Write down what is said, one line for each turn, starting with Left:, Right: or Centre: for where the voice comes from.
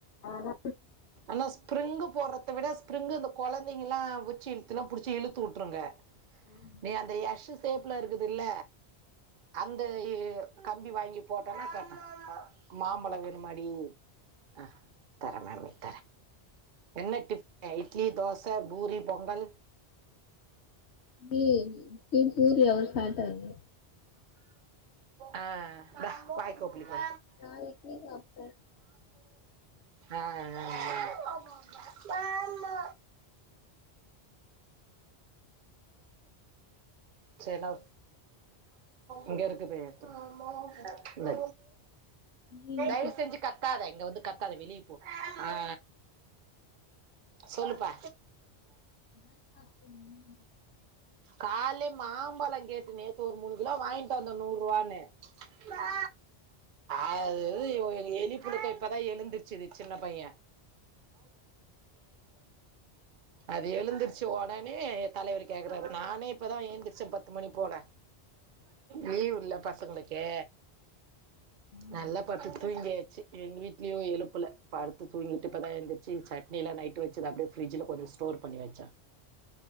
Left: ஆனா
Right: ஆனா ஸ்பிரிங்கு போறத்த விட ஸ்பிரிங்கு இந்த கொழந்தைகளா வெச்சு இழுத்துனு படிச்சி இழுத்து விட்டுருங்க
Left: வாங்கனு
Right: நீ அந்த எஷ் சேப்ல இருக்குதுல்ல அந்த கம்பி ஏ வாங்கி போட்டோனா கட்ட மாம்பழம் வேனுமாடி அ தரே தரே என்ன டிஃபன்னு இட்லி தோச பூரி பொங்கல்
Left: தி ஏ பூரி அவரு சாட்டாரு
Right: ஆ இந்த வாய் கோப்பளிக்கோ
Left: நா இட்லி சாப்ட்டே
Right: ஆ ஆ ஆ சேரி நா இங்க இருக்கு இத
Left: நீ என்ன
Right: எடு இந்த ஆ சொல்லுப்பா
Left: <inaudible>
Right: கால்லயே மாம்பழ கேட்டு நேத்து ஒரு மூணு கிலோ வாங்கிட்டு வந்தோ நூரூவான்னு மா அது இவ எலி புழுக்க இப்பதா எழுந்தருச்சுது சின்ன பைய்ய அது எழுந்திருச்சு ஒடனே தலைவர் கேக்குறாரு நானே இப்பதா எந்திரிச்ச பத்து மணி போல லீவு இல்ல பசங்களுக்கு
Left: ஆமா
Right: நல்லா படுத்து தூங்கியாச்சு எங்கள் வீட்லயு எழுப்புல படுத்து தூங்கிட்டு இப்பதா எந்திரிச்சு சட்னி எல்லா நைட்டு வச்சது அப்படியே ஃப்ரிஜல கொஞ்சோ ஸ்டோர் பண்ணி வச்ச